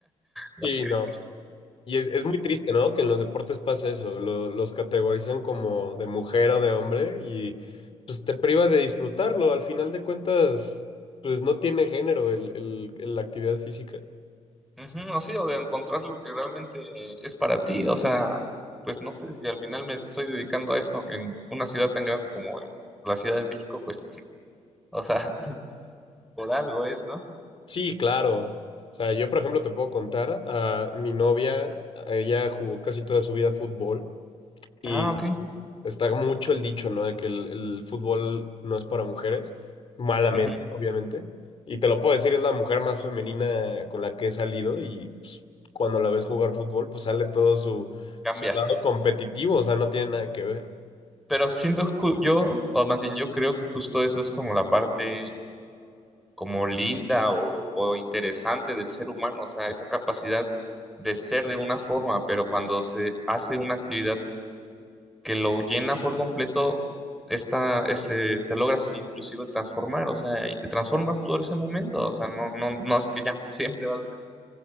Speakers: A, in the centre; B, on the left.
A: las
B: Sí,
A: críticas.
B: no. Y es, es muy triste, ¿no? Que en los deportes pase eso, lo- los categorizan como de mujer o de hombre y pues te privas de disfrutarlo. Al final de cuentas, pues no tiene género el, el- el- la actividad física.
A: Ujú, o sí, o de encontrar lo que realmente es para ti, o sea, pues no sé si al final me estoy dedicando a esto en una ciudad tan grande como la Ciudad de México, pues, <laughs> o sea, por algo es, ¿no?
B: Sí, claro. O sea, yo por ejemplo te puedo contar a mi novia, ella jugó casi toda su vida fútbol. Y
A: Ah, ok.
B: está mucho el dicho, ¿no? De que el, el fútbol no es para mujeres, malamente,
A: Ujú,
B: obviamente. Y te lo puedo decir, es la mujer más femenina con la que he salido y pues, cuando la ves jugar fútbol, pues sale todo su,
A: Cambia.
B: su lado competitivo, o sea, no tiene nada que ver.
A: Pero siento ju- yo, o más bien yo creo que justo eso es como la parte como linda o, o interesante del ser humano, o sea, esa capacidad de ser de una forma, pero cuando se hace una actividad que lo llena por completo, esta, ese, te logras inclusive transformar, o sea, y te transformas por ese momento, o sea, no, no, no es que ya para siempre vas a ser así.